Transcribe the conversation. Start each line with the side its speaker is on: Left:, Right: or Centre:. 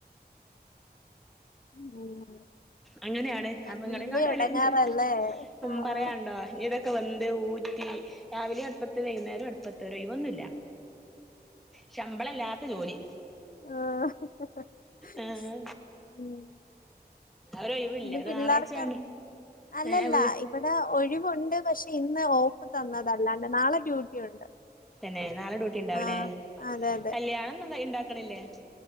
Left: ഉം
Centre: അങ്ങനെയാണ്
Left: വല്യ
Centre: അപ്പ ഇങ്ങളെക്കാട്ടു <unintelligible>
Left: എടങ്ങാറല്ലേ
Centre: ഉം
Left: ആഹ്
Centre: പറയാണ്ടോ ഇതൊക്കെ വന്ത് ഊറ്റി രാവിലേം അട്പത്ത് വൈകുന്നേരേം അട്പത്ത് ഒരൊഴിവൊന്നുംല്യ ശമ്പളല്ലാത്ത ജോലി.
Left: ആഹ് ഹ് ഹ് ഹ്
Centre: ആഹ്
Left: ഉം
Centre: ഒരൊഴിവില്ല
Left: ഇന്ന്
Centre: ഒരു
Left: പിള്ളേർക്കാർക്ക്
Centre: ഞായറാഴ്ചയായോണ്ട്
Left: അല്ലല്ല
Centre: ഏഹ് വീ
Left: ഇവിടെ ഒഴിവുണ്ട് പക്ഷെ ഇന്ന് ഓഫ് തന്നതല്ലാണ്ട് നാളെ ഡ്യൂട്ടി ഉണ്ട്.
Centre: തന്നെ നാളെ ഡൂട്ടിണ്ടാവല്ലേ
Left: ആഹ് അതെ അതെ
Centre: കല്യാണം ക്കണില്ലേ